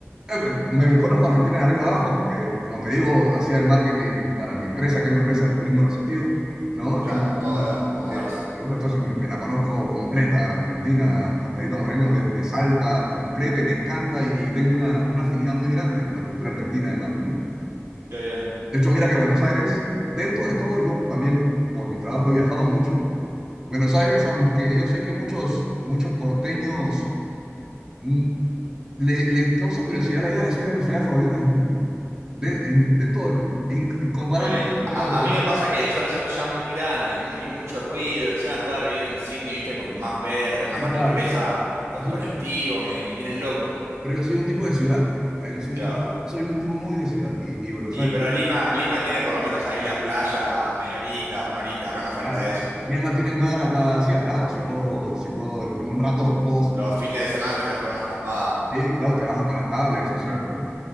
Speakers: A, on the right; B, on the right.
A: Eh, Me, conozco a Argentina de arriba abajo porque, como te digo, hacía el marketing para mi empresa, que era una empresa de turismo receptivo, ¿no?
B: Claro,
A: Y-
B: todo era moverse.
A: de- de- entonces me, me la conozco completa, Argentina, hasta Perito Moreno, desde Salta, completa, y me encanta, y, y tengo una, una afinidad muy grande con la cultura argentina, además, ¿no?
B: Qué bien,
A: De hecho, mira que Buenos Aires, dentro de todo, yo también por mi trabajo he viajado mucho. Buenos Aires, aunque yo sé que muchos, muchos porteños mm, le- les causa curiosidad la idea, es una de mis ciudades favoritas del mundo, de, en- de todo el mundo. Inclu- comparando
B: qué lindo.
A: con
B: A,
A: ciudades
B: a
A: de-
B: mí me pasa que yo la siento ya muy grande, muy, mucho ruido. Encima después de haber vivido en Sydney, viste, con más verde, más
A: eh,
B: naturaleza,
A: claro,
B: los
A: digo,
B: colectivos me, me tienen loco.
A: pero yo soy un tipo de ciudad. Ah, Yo soy
B: Claro.
A: un, soy un tipo muy de ciudad. Y, y Buenos
B: Y
A: Aires,
B: pero Lima, Lima tiene por lo menos ahí la playa media horita, una horita, acá no falta
A: claro.
B: eso.
A: Lima tiene el mar acá así al lado. Si puedo, si puedo, en en un rato puedo
B: Los fines de semana te puedes pegar una escapada.
A: Sí, claro, te baja con la tabla, ese surf, ¿no?